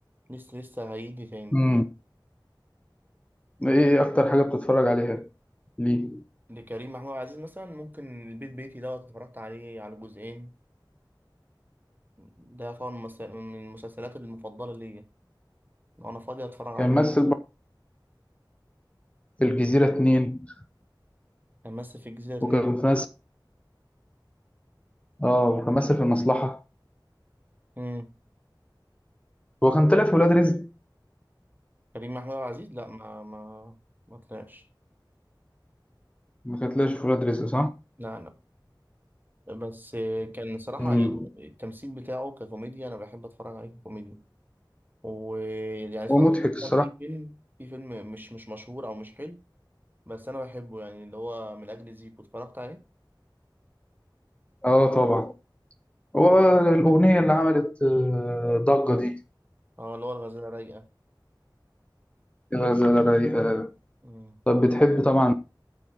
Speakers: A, on the right (about 25°); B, on the left (about 15°).
A: لسه لسه هيجي تاني
B: مم. ايه اكتر حاجة بتتفرج عليها ليه
A: لكريم محمود عبد العزيز مثلا ممكن البيت بيتي دوت اتفرجت عليه على جزئين ده طبعا مس- من المسلسلات المفضلة ليا لو أنا فاضي أتفرج عليه
B: كان ممثل برضه في الجزيرة اتنين
A: كان مثل في الجزيرة اتنين
B: وكان في ممثل اه وكان ممثل في المصلحة
A: مم.
B: هو كان طلع في ولاد رزق
A: كريم محمود عبد العزيز لا ما ما ما طلعش
B: ما كان طلعش في ولاد رزق صح
A: لا لا بس كان صراحة
B: مم.
A: يعني التمثيل بتاعه ككوميديا أنا بحب أتفرج عليه كوميديا ويعني اتفرجت
B: هو مضحك الصراحة
A: مثلا في فيلم في فيلم مش مش مشهور أو مش حلو بس أنا بحبه يعني اللي هو من أجل زيكو اتفرجت عليه
B: اه طبعا هو الأغنية اللي عملت آه، ضجة دي
A: اه اللي هو الغزالة رايقة
B: يا غزالة رايقة
A: مم.
B: طب بتحب طبعا